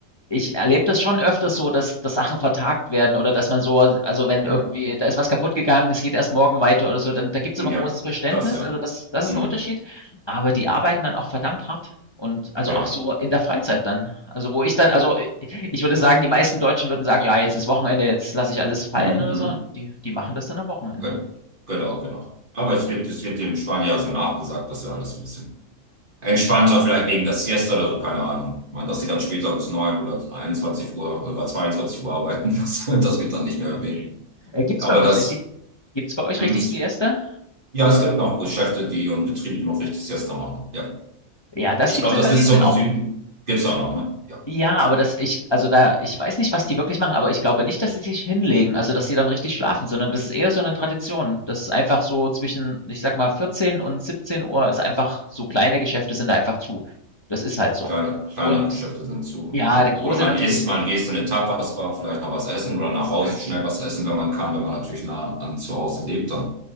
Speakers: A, on the left; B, on the right.
A: ich erlebe das schon öfters so, dass, dass Sachen vertagt werden oder dass man so, also wenn
B: Ja.
A: irgendwie, da ist was kaputt gegangen, es geht erst morgen weiter oder so, dann da gibt's
B: Ja.
A: immer großes Verständnis.
B: Das ja.
A: Also das, das ist
B: Mhm.
A: ein Unterschied. Aber die arbeiten dann auch verdammt hart. Und also
B: Ja.
A: auch so in der Freizeit dann. Also wo ich dann,
B: Ja.
A: also ich würde sagen, die meisten Deutschen würden sagen, ja, jetzt ist Wochenende, jetzt lasse ich alles fallen
B: Mhm. Mhm.
A: oder so. Und die, die machen das dann am Wochenende.
B: Ge-
A: Und,
B: Genau, genau. Aber es wird, es wird dem Spanier ja so nachgesagt, dass er alles ein bisschen entspannter, vielleicht wegen der Siesta oder so, keine Ahnung. Ich meine, dass
A: äh,
B: die dann später bis 9 oder 21 Uhr oder 22 Uhr arbeiten, <laughs> das, das wird dann nicht mehr
A: äh,
B: erwähnt.
A: äh, gibt's
B: Aber
A: bei euch
B: das,
A: richtig, gibt's bei euch
B: hm,
A: richtig Siesta?
B: ja, es gibt noch Geschäfte, die und Betriebe, die noch richtig Siesta machen. Ja.
A: Ja, das
B: Ich
A: gibt's
B: glaube,
A: in
B: das
A: Galicien
B: ist zum
A: auch.
B: Süden. Gibt's auch noch, ne? Ja.
A: Ja, aber das ich also da ich weiß nicht, was die wirklich machen, aber ich glaube nicht, dass sie sich hinlegen, also dass sie dann richtig schlafen, sondern das ist eher so 'ne Tradition. Das ist einfach so zwischen, ich sage mal, 14 und siebzehn Uhr ist einfach so kleine Geschäfte sind da einfach zu. Das ist halt so.
B: Kleine, kleinere
A: Und
B: Geschäfte sind zu.
A: ja,
B: Und,
A: der große
B: oder man
A: natürlich
B: isst,
A: nicht.
B: man geht in eine Tapas-Bar, vielleicht noch was essen oder nach Hause
A: Mhm.
B: schnell was essen, wenn man kann, wenn man natürlich nah an zu Hause lebt, dann.